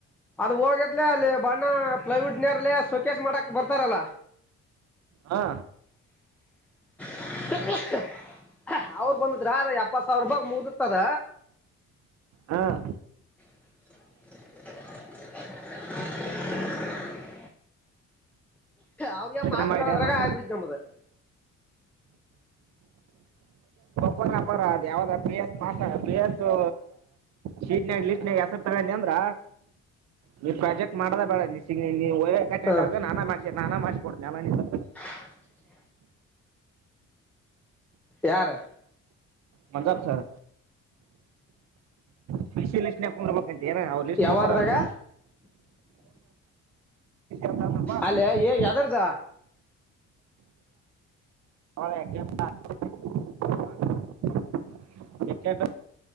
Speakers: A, in the centre; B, on the right.
A: ಅದ ಹೋಗದ್ಲ ಅಲ್ಲಿ ಬಣ್ಣ ಪ್ಲೈವುಡ್ನೇರ್ಲೆ ಸೊಕೇಸ್ ಮಾಡಕ್ ಬರ್ತಾರಲ್ಲ
B: ಹಾ
A: <inaudible> ಅವ್ರರು ಬಂದಿದ್ರ ಅದೆ ಎಪ್ಪತ್ ಸಾವ್ರ್ ರೂಪಾಯ್ಗ್ ಮುಗ್ದಿರ್ತದ
B: ಹಾಂ
A: <inaudible> ಅವ್ರ್ ಗೆ
B: ಇಟ್ಕೊಂಬ
A: ಮಾತ್ ಕೇಳೋದ್ರಾಗೆ ಆಗ್ಬಿಡ್ತ್ ನಮ್ಮದ. <inaudible>
B: ಪೂರ ಪೂರ ಅದು ಯಾವ್ದ ಪಿ ಎಸ್ ಪಾಸ ಪಿ ಎಸ್ಸೂ ಶೀಟ್ನ್ಯಾಗ್ ಲಿಸ್ಟ್ ನ್ಯಾಗ ಹೆಸರ್ ತಳನಿ ಅಂದ್ರ ನೀ ಪ್ರಾಜೆಕ್ಟ್ ಮಾಡದೇ ಬೇಡ ನೀ ಸಿ ನೀ ಓರಿಯೆಂಟ್ಗ್ ಅಟೆಂಡ್
A: ಹ
B: ಆಗು ನಾನ ಮಾಡ್ಸ ನಾನ ಮಾಡ್ಸ್ ಕೊಡ್ತೀನ್ ಆಮೇಲ್ ನಿಂದ
A: <inaudible> ಯಾರ?
B: ಮಂಜಾಬ್ ಸರ ಸ್ಪಿಷಲ್ ಲಿಸ್ಟ್ ನಾಕೊಡ್ಬೇಕಂತೆ ಏನ ಅವ್ರ್ ಲಿಸ್ಟ್
A: ಯಾವದ್ರಾಗ
B: ಕೊಡ್ತಾರಲ್ ಅಂತ ಅಂದ್ರಪ್ಪ ಅದು
A: ಅಲ್ಲೇ ಏ ಯಾದರ್ದ?
B: <unintelligible> ಯಾಕ್ಕೆಂದು